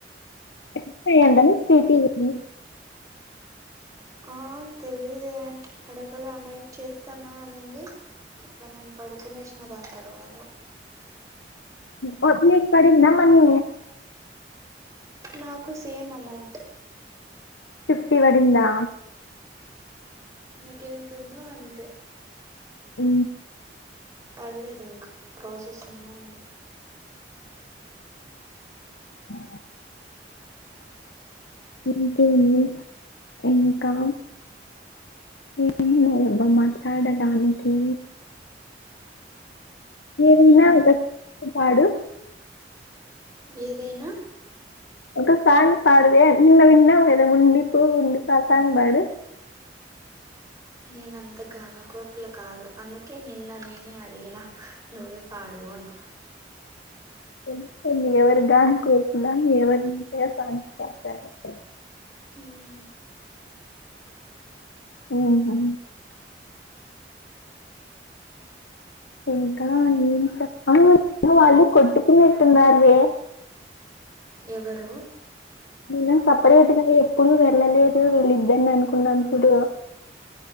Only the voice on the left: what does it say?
ఎక్స్ అయ్యిందను స్వీటీ ఇది.
ఓ నీకు పడిందా మని.
ఫిఫ్టీ వడిందా.
ఊ.
ఆ ఇంకేమి ఇంకా. ఏమీ లేవు అబ్బా మాట్లాడడాానికి. ఏను
వినా పాడు.
ఒక సాంగ్ పాడవే నిన్న విన్న ఉదా ఉండిపు ఉండిపు ఆ సాంగ్ పాడు
<unintelligible> ఎవరు గాన కోకిల <unintelligible>
ఆహా ఇంకా ఏం చెప్ప వాళ్ళు కొట్టుకునట్టున్నారువే
మనం సపరేట్గా ఎప్పుడు వెళ్ళలేదు వీళ్ళిద్దని అనుకున్నాం చూడు